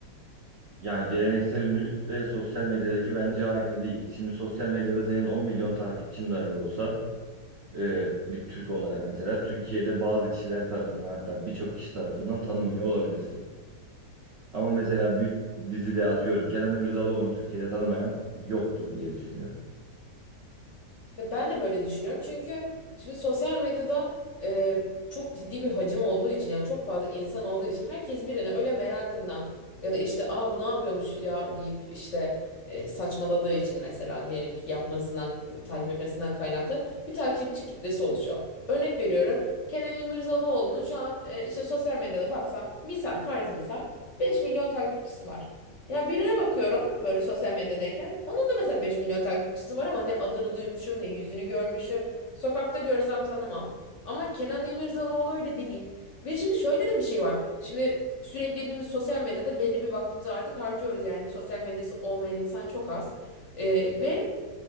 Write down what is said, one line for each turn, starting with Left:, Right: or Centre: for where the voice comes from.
Right: Yani geleneksel ünlülükle sosyal medyadaki bence aynı değil. Şimdi sosyal medyada senin 10 milyon takipçin dahi olsa e, bir Türk olarak mesela Türkiye'de bazı kişiler tarafından hatta birçok kişi tarafından tanınmıyor olabilirsin. Ama mesela bir dizide atıyorum Kenan İmirzalıoğlu'nu Türkiye'de tanımayan yoktur diye düşünüyorum.
Left: Ya ben de böyle düşünüyorum çünkü şimdi sosyal medyada e, çok ciddi bir hacim olduğu için yani çok fazla insan olduğu için herkes birini öyle merakından ya da işte aa bu ne yapıyormuş ya deyip işte e, saçmaladığı için mesela diyelim ki yapmasından takip etmesinden kaynaklı bir takipçi kitlesi oluşuyor. Örnek veriyorum Kenan İmirzalıoğlu'nun şu an e, işte sosyal medyada baksam misal farz misal 5 milyon takipçisi var. Ya birine bakıyorum böyle sosyal medyadayken. Onun da mesela 5 milyon takipçisi var ama ne adını duymuşum ne yüzünü görmüşüm. Sokakta görsem tanımam. Ama Kenan İmirzalıoğlu öyle değil. Ve şimdi şöyle de bir şey var. Şimdi sürekli hepimiz sosyal medyada belli bir vaktimizi artık harcıyoruz. Yani sosyal medyası olmayan insan çok az. Ee, ve